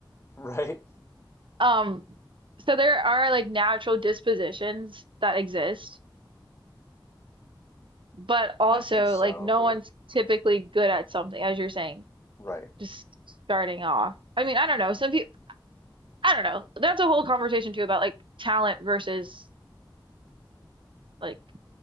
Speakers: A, on the left; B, on the right.
A: right.
B: Um, so there are like natural dispositions that exist, but also
A: I think so,
B: like no
A: but
B: one's typically good at something, as you're saying,
A: right.
B: just starting off. I mean, I don't know. Some people, I don't know. That's a whole conversation too about like talent versus like,